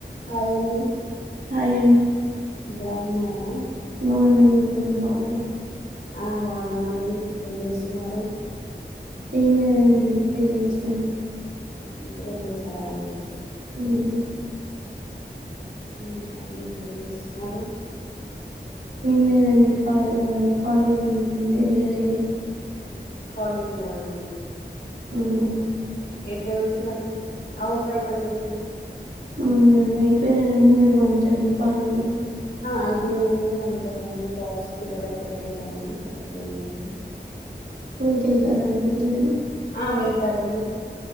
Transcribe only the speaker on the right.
Hi
బాగున్నా అండి మీరు బాగ్
ఏం లేదండి ఇప్పుడే లేచాం
ఉమ్
ఏం లేదండి ఖాళీ వాల్ల కాలేజీ లేకుండే ఏ ళ్ళలేదు
అవున
అవునండి అయిపోయినాయా అండి మరి వంటలు పనులు
స్కూల్కి వెళ్తారా అండి పిల్లలు